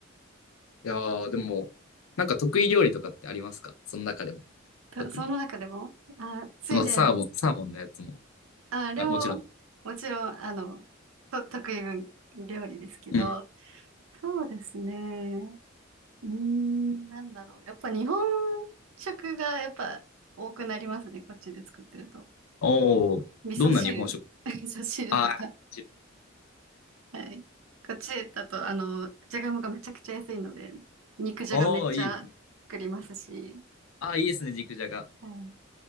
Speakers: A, on the left (about 80°); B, on the right (about 80°).
A: やー、でも、なんか得意料理とかってありますかその中でも、
B: たその中でも、
A: 特に。
B: あ、スウェーデン
A: そのサーモン、サーモンのやつも。
B: あ、料、
A: あ、もちろん。
B: もちろん、あの、と、得意分料理ですけど、
A: うん。
B: そうですね。うーん、なんだろう。やっぱ日本食がやっぱ多くなりますね。こっちで作ってると。
A: おー、
B: 味噌汁、
A: どんな日本食
B: <laughs> 味噌汁とか。
A: あー、ち
B: はい。こっちだと、あの、じゃがいもがめちゃくちゃ安いので、肉じゃがめっちゃ作りますし。
A: おー、いいですね。あー、いいですね、肉じゃが。
B: はい。